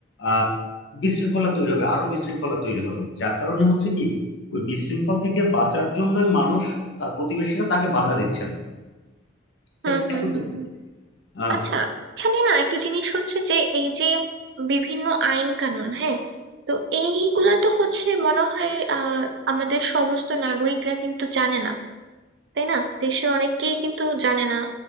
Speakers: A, on the left (about 70°); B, on the right (about 60°).
A: আহ বিশৃঙ্খলা তৈরি হবে আরো বিশৃঙ্খলা তৈরি হবে যার কারণে হচ্ছে কি ওই বিশৃঙ্খল থেকে বাঁচার জন্যই মানুষ তার প্রতিবেশীরা তাকে বাধা দিচ্ছেন যে
B: হুম হুম
A: এতটুকু
B: হুম হুম।
A: আহ,
B: আচ্ছা এখানে না একটা জিনিস হচ্ছে যে এই যে বিভিন্ন আইন কানুন হ্যাঁ তো এইগুলা তো হচ্ছে মনে হয় আহ আমাদের সমস্ত নাগরিকরা কিন্তু জানে না তাই না দেশের অনেকেই কিন্তু জানে না